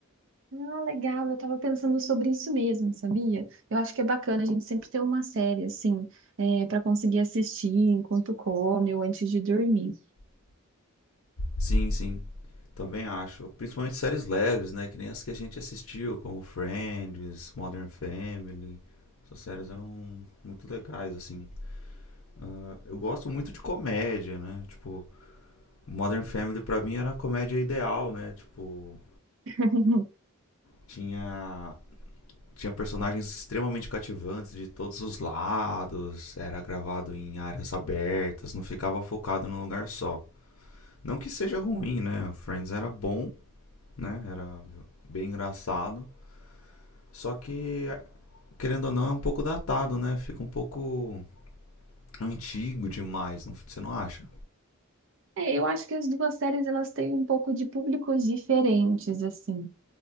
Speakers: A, on the right; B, on the left.
A: Ah, legal, eu tava pensando sobre isso mesmo, sabia? Eu acho que é bacana a gente sempre ter uma série, assim, é, para conseguir assistir enquanto come ou antes de dormir.
B: Sim, sim. Também acho. Principalmente séries leves, né? Que nem as que a gente assistiu, como Friends, Modern Family. Essas séries eram muito legais, assim. Ah, eu gosto muito de comédia, né? Tipo, Modern Family pra mim era a comédia ideal, né? Tipo,
A: <laughs>
B: tinha tinha personagens extremamente cativantes de todos os lados, era gravado em áreas abertas, não ficava focado num lugar só. Não que seja ruim, né? O Friends era bom, né? Era bem engraçado, só que querendo ou não é um pouco datado, né? Fica um pouco antigo demais, não, você não acha?
A: É, eu acho que as duas séries, elas têm um pouco de públicos diferentes, assim.